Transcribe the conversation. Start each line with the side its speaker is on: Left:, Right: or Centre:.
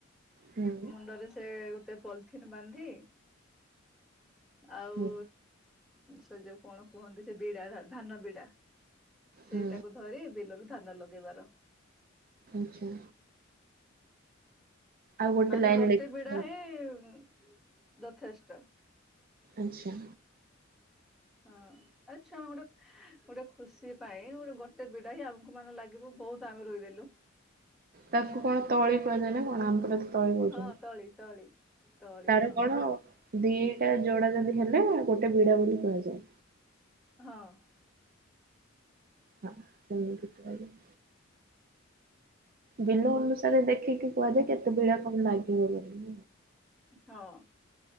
Right: ହୁଁ
Centre: ମୁଣ୍ଡରେ ସେ ଗୋଟେ ପଲିଥିନ୍ ବାନ୍ଧି ଆଉ
Right: ହୁଁ
Centre: ସେ ଯୋଉ କଣ କୁହନ୍ତି ସେ ବିଡା ଧାନ ବିଡା। ସେଇଟାକୁ
Right: ହୁଁ
Centre: ଧରି ବିଲରୁ ଧାନା ଲଗେଇବାର
Right: ଆଛା। ଆଉ
Centre: ମାନେ
Right: ଲାଇନ
Centre: ଗୋଟେ
Right: ଲେଖିଥିବ
Centre: ବିଡା ହିଁ ଯଥେଷ୍ଟ।
Right: ଆଚ୍ଛା।
Centre: ହଁ ଆଚ୍ଛା ମୁଁ ଗୋଟେ ଖୁସି ପାଇଁ ଗୋଟେ ଗୋଟେ ବିଡା ହି ଆମକୁ ମାନେ ଲାଗିବ ବହୁତ ଆମେ ରୁଇଦେଲୁ।
Right: ତାକୁ କଣ ତଳି କୁହାଯାଏ ନା କଣ ଆମର ତଳି
Centre: ହଁ
Right: କହୁ
Centre: ତଳି ତଳି ତଳି
Right: ତାର
Centre: ହଁ
Right: କଣ ଦିଟା ଯୋଡା ଯଦି ହେଲେ ଗୋଟେ ବିଡା ବୋଲି କୁହାଯାଏ।
Centre: ହଁ।
Right: ହଁ ସେମିତି କୁହାଯାଏ। ବିଲ ଅନୁସାରେ ଦେଖିକି କୁହାଯାଏ କେତେ ଭଳ କଣ ଲାଗିବ ବୋଲି।
Centre: ହଁ।